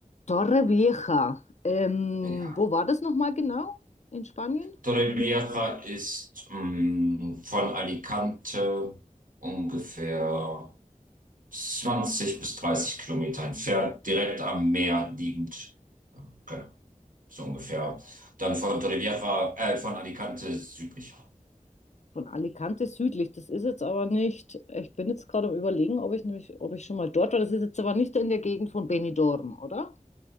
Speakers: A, on the left (about 55°); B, on the right (about 80°).
A: Torrevieja. Ähm,
B: Ja.
A: wo war das nochmal genau? In Spanien?
B: Torrevieja ist mh, von Alicante ungefähr 20 bis 30 Kilometer entfernt, direkt am Meer liegend. Ja, Genau, so ungefähr. Dann von Torrevieja, äh, von Alicante südlicher.
A: Von Alicante südlich. Das ist jetzt aber nicht. Ich bin jetzt gerade am Überlegen, ob ich nämlich, ob ich schon mal dort war. Das ist jetzt aber nicht in der Gegend von Benidorm, oder?